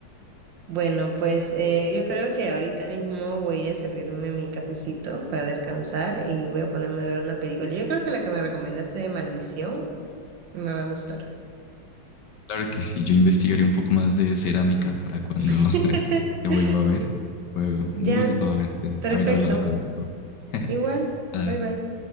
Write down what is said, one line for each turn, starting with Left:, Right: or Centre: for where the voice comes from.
Right: Bueno, pues eh, yo creo que ahorita mismo voy a servirme mi cafecito para descansar y voy a ponerme a ver una película. Yo creo que la que me recomendaste de Maldición me va a gustar.
Left: Claro que sí, yo investigaré un poco más de cerámica para cuando
Right: <laughs>
Left: <laughs> te vuelva a ver. Fue un
Right: Ya,
Left: gusto haberte,
Right: perfecto.
Left: haber hablado contigo. <laughs>
Right: Igual,
Left: Ay,
Right: bye bye.